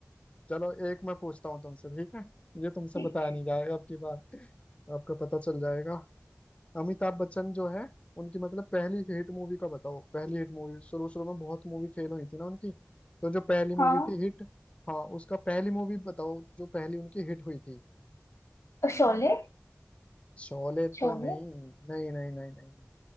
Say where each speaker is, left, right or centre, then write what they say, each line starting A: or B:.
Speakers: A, on the left (about 25°); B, on the left (about 75°).
A: चलो एक मैं पूछता हूँ तुमसे ठीक है ये तुमसे
B: ठीक
A: बताया
B: है
A: नहीं जाएगा अब की बार आपका पता चल जाएगा अमिताभ बच्चन जो है उनकी मतलब पहली हिट मूवी का बताओ पहली हिट मूवी शुरू शुरू में बहुत मूवी फेल हुई थी ना उनकी तो जो पहली
B: हाँ
A: मूवी थी हिट हाँ उसका पहली मूवी बताओ जो पहली उनकी हिट हुई थी
B: और शोले
A: शोले
B: शोले
A: तो नहीं नहीं नहीं नहीं नहीं